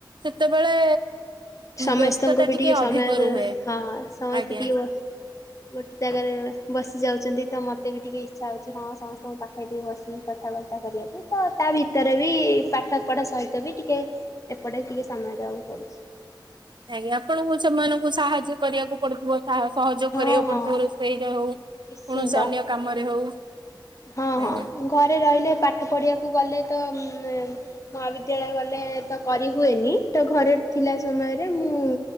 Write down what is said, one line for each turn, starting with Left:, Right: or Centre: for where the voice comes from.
Right: ସେତେବେଳେ
Left: ସମସ୍ତେଙ୍କୁ
Right: ବ୍ୟସ୍ତତା
Left: ବି ଟିକେ ସମୟରେ
Right: ଅଧିକ ରୁହେ।
Left: ହଁ ସମସ୍ତେ
Right: ଆଜ୍ଞା
Left: ଟିକେ ଗୋଟେ ଜାଗାରେ ବସି ଯାଉଛନ୍ତି। ଏମିତି ତ ମତେ ବି ଟିକେ ଇଚ୍ଛା ହଉଛି ହଁ ସମସ୍ତଙ୍କ ପାଖରେ ଟିକେ ବସିକି କଥାବାର୍ତ୍ତା କରିବାକୁ ତ ତା ଭିତରେ ବି ପାଠ ପଢା ସହିତ ବି ଟିକେ ଏପଟେ ଟିକେ ସମୟ ଦବାକୁ ପଡୁଛି।
Right: ଆଜ୍ଞା ଆପଣଙ୍କୁ ସେମାନଙ୍କୁ ସାହାଯ୍ୟ କରିବାକୁ ପଡୁଥିବ। ସହଯୋଗ
Left: ହଁ
Right: କରିବାକୁ
Left: ହଁ।
Right: ପଡୁଥିବ ରୋଷେଇରେ ହଉ କୌଣସି
Left: ନିଶ୍ଚିନ୍ତ
Right: ଅନ୍ୟ କାମରେ ହଉ।
Left: ହଁ ହଁ
Right: ଆଜ୍ଞା
Left: ଘରେ ରହିଲେ ପାଠ ପଢିବାକୁ ଗଲେ ତ ଉ ମହାବିଦ୍ୟାଳୟ ଗଲେ। ତ କରି ହୁଏନି ତ ଘରେ ଥିଲା ସମୟରେ ମୁଁ